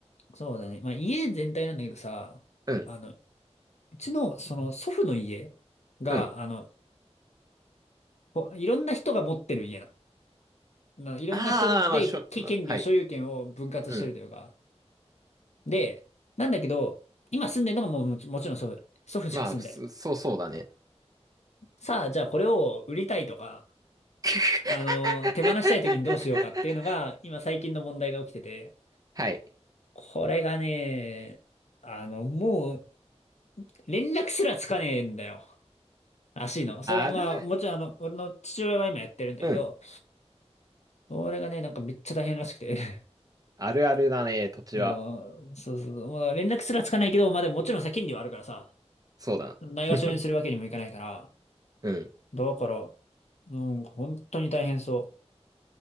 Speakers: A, on the left (about 75°); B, on the right (about 30°).
A: そうだね。まあ家全体なんだけどさ、
B: うん、
A: あの、うちの、その祖父の家が、
B: うん。
A: あの、こういろんな人が持ってる家なの。ないろんな人で、
B: ああ、まあ、しょ、
A: け権利を、
B: まあ、はい。
A: 所有権を分割してるというか。
B: うん。
A: で、なんだけど、今住んでるのがもう、もちもちろん祖父。祖父しか住んでる。
B: まあ、普通、そうそうだね。
A: さあ、じゃあこれを売りたいとか、
B: <laughs>
A: あの、手放したい時にどうしようかっていうのが、今最近の問題が起きてて、
B: はい。
A: これがね、あの、もう、連絡すらつかねえんだよ。らしいの。それはまあ、
B: あー、ある
A: もちろんあの、俺の父親は今やってるんだけど、
B: うん。
A: 俺がね、なんかめっちゃ大変らしくて。
B: あるあるだね、土地は。
A: <laughs> うんそうそうそう。もうだから連絡すらつかないけど、まあでももちろんさ、権利はあるからさ、
B: そうだな。
A: ないがしろにするわけにもいかないから、
B: <laughs> うん。
A: だから、うん、本当に大変そ